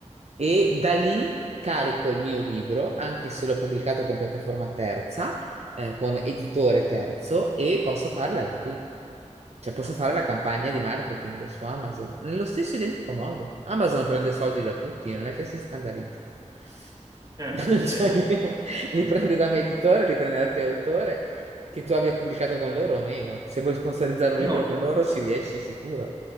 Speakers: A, on the right; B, on the right.
A: e da lì carico il mio libro, anche se l'ho pubblicato con piattaforma terza eh, con editore terzo e posso fare la DD, cioè posso fare la campagna
B: mm,
A: di marketing su Amazon, nello stesso identico modo. Amazon prende soldi da tutti, non è che si scandalizza. <laughs>
B: certo,
A: Cioè,
B: certo.
A: li, li prende da me editore, li prende da te autore, che tu abbia pubblicato con loro o meno. Se vuoi sponsorizzare un
B: Però
A: libro con loro ci riesci sicuro.